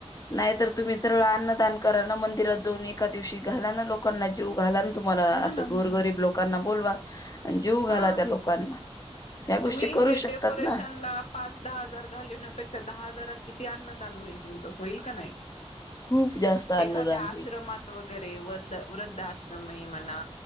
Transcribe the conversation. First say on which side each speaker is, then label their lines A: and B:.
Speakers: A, on the left; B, on the left.
A: नाही तर तुम्ही सरळ अन्नदान करा ना मंदिरात जाऊन एका दिवशी घाला ना लोकांना जीव घाला ना तुम्हाला
B: हो
A: असं
B: ना
A: गोरगरीब
B: हो ना
A: लोकांना बोलवा आणि जीव घाला
B: हा
A: त्या लोकांना ह्या गोष्टी
B: तुम्ही
A: करू
B: हे
A: शकतात
B: डेकोरेशनला
A: ना
B: पाच दहा हजार घालण्यापेक्षा दहा हजारात किती अन्नदान होईल तुमचं होईल का नाही
A: खूप जास्त अन्नदान
B: एखाद्या
A: होईल
B: आश्रमात वगैरे वृद्ध वृद्धाश्रमे मना